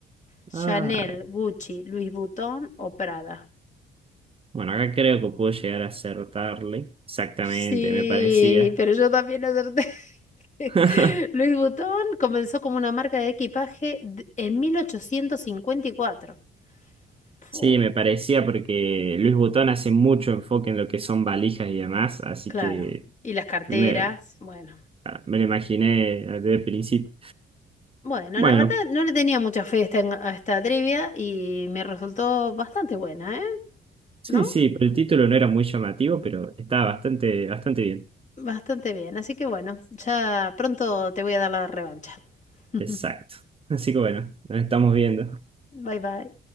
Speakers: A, on the left (about 40°); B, on the right (about 30°).
A: ¿Chanel,
B: Ay.
A: Gucci, Louis Vuitton o Prada?
B: Bueno, acá creo que puedo llegar a acertarle. Exactamente,
A: Sí,
B: me parecía.
A: pero yo también acerté. <laughs>
B: <laughs>
A: Louis Vuitton comenzó como una marca de equipaje de- en 1854. Fu,
B: Sí, me parecía porque Luis Butón hace mucho enfoque en lo que son valijas y demás, así
A: claro.
B: que
A: Y las carteras,
B: me,
A: bueno.
B: me lo imaginé desde el principio.
A: Bueno,
B: Bueno.
A: la verdad no le tenía mucha fe a esta, a esta trivia y me resultó bastante buena, ¿eh?
B: Sí,
A: ¿No?
B: sí, pero el título no era muy llamativo, pero estaba bastante, bastante bien.
A: Bastante bien. Así que bueno, ya pronto te voy a dar la revancha. <laughs>
B: Exacto. Así que bueno, nos estamos viendo.
A: Bye bye.